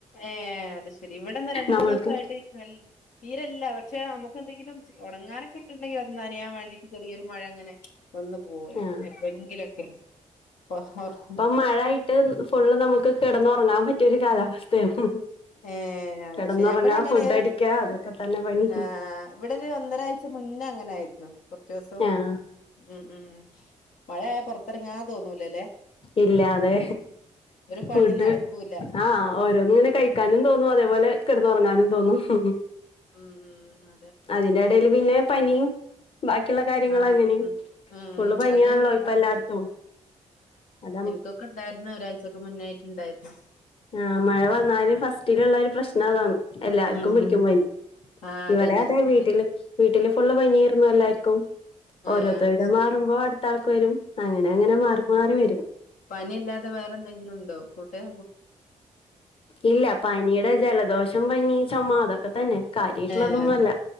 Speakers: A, on the left; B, on the left.
A: ഏഹ് അത് ശെരി ഇവിടെന്നാ രണ്ട
B: നമ്മൾക്ക്
A: മൂന്ന് ദിവസ ആയിട്ട് നല്ല തീരല്ല പക്ഷെ നമുക്ക്ന്തെങ്കിലും ഉടങ്ങാനൊക്കെ ഇട്ടുണ്ടെങ്കിൽ അത്ന്നനെയാൻ വേണ്ടിട്ട് ചെറിയരു മഴ അങ്ങനെ വന്ന് പോവ
B: ആഹ്
A: എപ്പോെങ്കിലൊക്കെ <unintelligible>
B: മഴയി് ട്ട് ഫുള്ള് നമുക്ക് കിടന്നു ഉറങ്ങാൻ പറ്റിയൊ ഒരു കാലാവസ്ഥയാണ്
A: ഏഹ് അത്
B: കിടന്നുറങ്ങാ
A: ശരി ഇവിടെ അങ്ങനെ
B: ഫുഡ് അടിക്കാ അതൊക്കെ തന്നെ പണി
A: ആഹ് ഇവിടെ ഒരു ഒന്നരാഴ്ച മുന്നേ അങ്ങനായിരുന്നു കുറച്ച ദിവസം
B: ആഹ്
A: ഉം ഉം മഴയയാ പൊറത്തിറങ്ങാ തോന്നൂലല്ലേ
B: ഇല്ലാ യാതെ
A: ഒരു പണി
B: ഫുഡ്
A: നടക്കൂല
B: ആഹ് ഓരോന്നിനെ കഴി കഴിക്കാനും തോന്നുന്നു അതേപോലെ കെടന്നറങ്ങാനും തോന്നുന്നു
A: ഉം ഉം അതെ
B: അതിന്റെ ഇടൽ പിന്നെ പനിയും ബാക്കിയുള്ള കാര്യങ്ങള
A: ആഹ്
B: അങ്ങനെ
A: ഉം ഉം
B: ഫുള്ള് പനിയാണല്ലോ
A: അത് ഇവടെ
B: ഇപ്പൊ എല്ലായിടത്തും അത
A: തോക്കെ ണ്ടായിരുന്ന ഒരാഴചൊക്കെ മുന്നായിട്ടുണ്ടായിരുന്നു
B: ആഹ് മഴ വന്നാലും ഫസ്റ്റിലുള്ള ഒരു പ്രശ്നം അതാണ് എല്ലാർക്കും
A: ഉം
B: പിടിക്കു
A: ഉം
B: പനി
A: ആഹ്
B: ഇവിടെ
A: അതന്നെ
B: അതെ വീട്ടില്
A: അത്
B: വീട്ടില് ഫുള്ള് പനിയാരുന്നു എല്ലാവർക്കും
A: ആഹ്
B: ഓരോരുത്തരുടെ
A: അത് ശരി
B: മാറുമ്പോൾ അടുത്ത ആൾക്ക് വരും അങ്ങനെ അങ്ങനെ മാറി മാറി വരും
A: പനി അല്ലാതെ വേറെ എന്തെങ്കിലും ഉണ്ടോ കൂടേ
B: ഇല്ല പനിയുടെ ജലദോഷം പനി ചോമ അതൊക്കെ തന്നെ കാര്യട്ടുള്ളതൊന്നുമല്ല
A: ഏഹ്